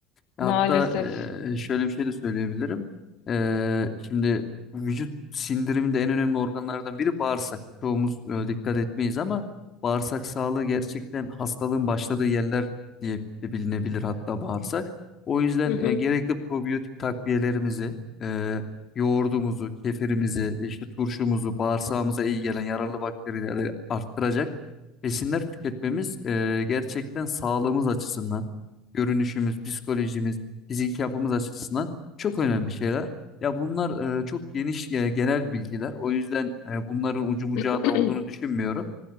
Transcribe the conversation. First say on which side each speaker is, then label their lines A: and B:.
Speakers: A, on the left (about 35°); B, on the left (about 65°).
A: Hatta
B: Maalesef.
A: eee, şöyle bir şey de söyleyebilirim. Eee, şimdi vücut sindiriminde en önemli organlardan biri bağırsak. Çoğumuz e, dikkat etmeyiz ama bağırsak sağlığı gerçekten hastalığın başladığı yerler diye de bilinebilir hatta bağırsak. O yüzden
B: Hı
A: e,
B: hı.
A: gerekli probiyotik takviyelerimizi, e, yoğurdumuzu, kefirimizi, işte turşumuzu, bağırsağımıza iyi gelen yararlı bakterileri arttıracak besinler tüketmemiz e, gerçekten sağlığımız açısından görünüşümüz, psikolojimiz, fiziki yapımız açısından çok önemli şeyler. Ya bunlar e, çok geniş e, genel bilgiler. O yüzden e, bunların ucu bucağı
B: <clears throat>
A: da olduğunu düşünmüyorum.